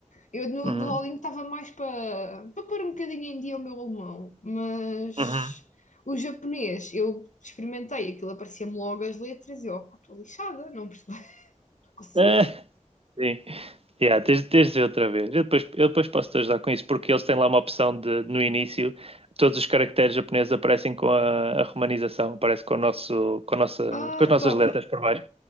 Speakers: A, on the left; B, on the right.
A: Eu no
B: uhum,
A: Duolingo estava mais para para pôr um bocadinho em dia o meu alemão, mas
B: uhum.
A: o japonês, eu experimentei aquilo, aparecia-me logo as letras e eu, "Opá, estou lixada, não percebo, <laughs> não consigo.
B: <laughs> Sim. Yeah, tens, tens de dizer outra vez. Eu depois, eu depois posso te ajudar com isso, porque eles têm lá uma opção de, no início, todos os caracteres japoneses aparecem com a, a romanização, aparece com o nosso, com a nossa,
A: Ah,
B: com as nossas
A: top.
B: letras por baixo.